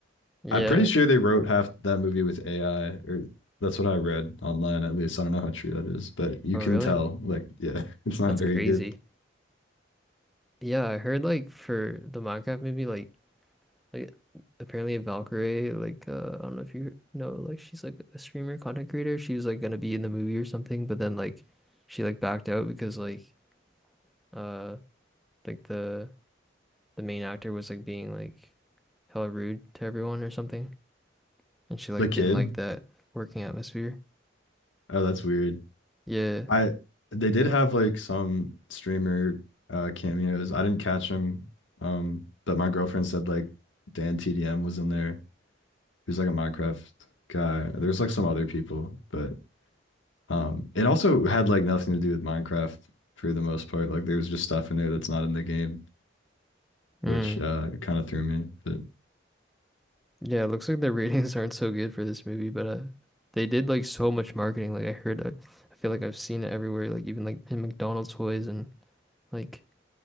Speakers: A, in the centre; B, on the left.
A: Yeah.
B: I'm pretty sure they wrote half that movie with AI, or that's what I read online at least. I don't know how true that is, but you
A: Oh
B: can
A: really?
B: tell, like, yeah, <laughs> it's not
A: That's
B: very
A: crazy.
B: good.
A: Yeah, I heard like for the Minecraft movie, like like apparently Valkyrie, like uh I don't know if you know, like she's like a streamer, content creator. She was like gonna be in the movie or something, but then like she like backed out because like uh like the the main actor was like being like hella rude to everyone or something. And she like
B: The kid?
A: didn't like that working atmosphere.
B: Oh, that's weird.
A: Yeah.
B: I they did have like some streamer uh cameos. I didn't catch them. Um, but my girlfriend said like Dan TDM was in there. He was like a Minecraft guy. There's like some other people, but um it also had like nothing to do with Minecraft for the most part. Like there was just stuff in there that's not in the game.
A: Mm.
B: which uh kind of threw me. But
A: Yeah, it looks like the <laughs> ratings aren't so good for this movie, but uh they did like so much marketing. Like I heard I, I feel like I've seen it everywhere, like even like in McDonald's toys and like